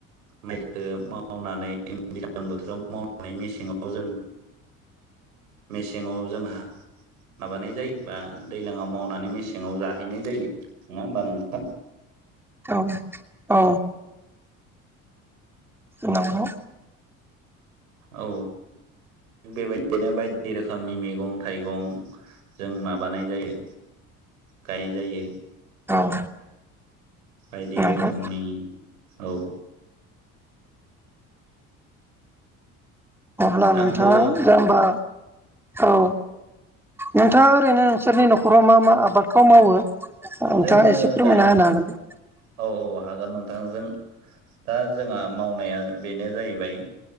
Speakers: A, on the right; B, in the centre.
A: माइखो मावनानै दैज्लां बोथोराव मावनानै मेसेङाव जों मेसेङाव जोंहा माबानाय जायो बा दैलाङाव मावनानै मेसेङाव जाहैनाय जायो नङा होमबा नोंथां?
B: औ औ नंगौ
A: औ बेबायदिनो बायदि रोखोमनि मैगं थाइगं जों माबानाय जायो गायनाय जायो
B: औ
A: बायदि
B: नंगौ
A: रोखोमनि औ।
B: अब्ला नोंथाङा
A: आंथ' औ
B: जे होमबा औ। नोंथाङा ओरैनो नोंसोरनि न'खराव मा मा आबादखौ मावो? नोंथाङा
A: जोङो
B: एसे फोरमायना
A: दा
B: होनो हागोन।
A: औ औ हागोन नोंथां जों दा जोंहा मावनाया बेनो जाहैबाय